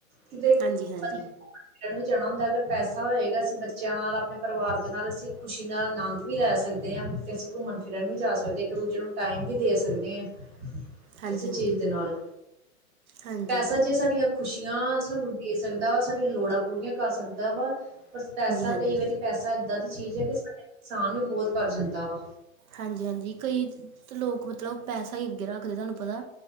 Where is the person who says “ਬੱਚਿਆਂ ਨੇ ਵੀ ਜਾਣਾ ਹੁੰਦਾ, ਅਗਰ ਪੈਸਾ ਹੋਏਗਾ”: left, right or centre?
Right